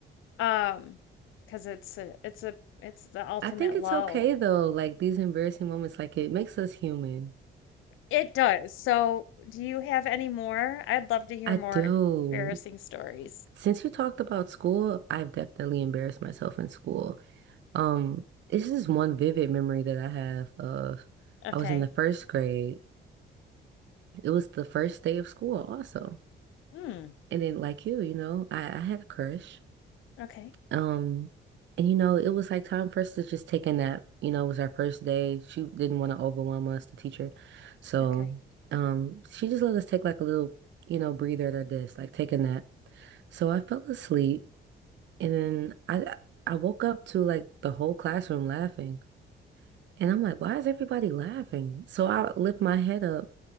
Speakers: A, on the left; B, on the right.
A: Um, because it's a, it's a, it's the ultimate
B: I think it's
A: low.
B: okay though, like these embarrassing moments, like it makes us human.
A: It does. So, do you have any more? I'd love to hear
B: I
A: more
B: do.
A: embarrassing stories.
B: Since you talked about school, I've definitely embarrassed myself in school. Um, it's just one vivid memory that I have of
A: Okay.
B: I was in the first grade. It was the first day of school also.
A: Hmm.
B: And then like you, you know, I, I had a crush.
A: Okay.
B: Um, and you know, it was like time for us to just take a nap. You know, it was our first day. She didn't want to overwhelm us, the teacher. So,
A: Okay.
B: um, she just let us take like a little, you know, breather at our desk, like take a nap. So I fell asleep and then I I woke up to like the whole classroom laughing. And I'm like, why is everybody laughing? So I lift my head up.